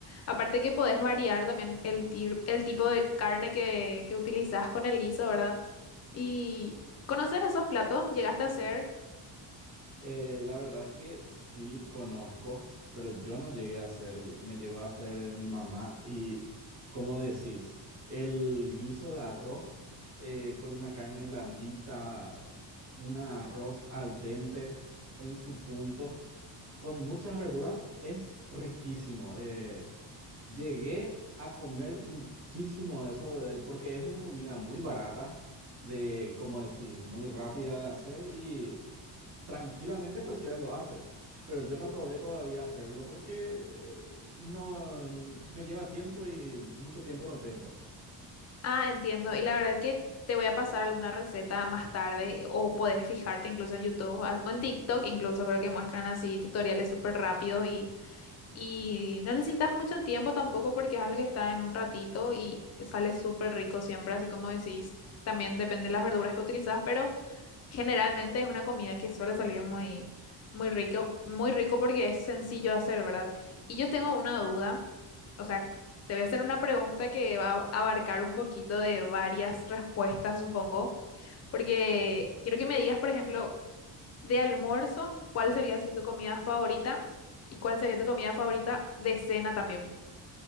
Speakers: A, on the left (about 35°); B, on the right (about 35°).
A: Aparte que podés variar también el, tir- el tipo de carne que, que utilizás con el guiso, ¿verdad? Y conocer esos platos, llegaste a hacer...
B: Eh, la verdad que sí conozco, pero yo no llegué a hacer, me llegó a hacer mi mamá y, como decís, el guiso de arroz eh, con una carne blandita, un arroz al dente en su punto. con muchas verduras es riquísimo. Eh, llegué a comer muchísimo eso eh, porque es una comida muy barata, de, como decís, muy rápida de hacer y tranquilamente cualquiera lo hace. Pero yo no probé todavía hacerlo porque eh, no n- me lleva tiempo y mucho tiempo no tengo.
A: Ah, entiendo. Y la verdad que te voy a pasar alguna receta más tarde o podés fijarte incluso en YouTube a- o en TikTok, incluso creo que muestran así tutoriales súper rápidos y, y no necesitas mucho tiempo tampoco porque es algo que está en un ratito y te sale súper rico siempre, así como decís. También depende de las verduras que utilizas, pero Generalmente es una comida que suele salir muy, muy rico, muy rico porque es sencillo de hacer, ¿verdad? Y yo tengo una duda, o sea, te voy a hacer una pregunta que va a abarcar un poquito de varias respuestas, supongo, porque quiero que me digas, por ejemplo, de almuerzo, ¿cuál sería así tu comida favorita? ¿Y cuál sería tu comida favorita de cena también?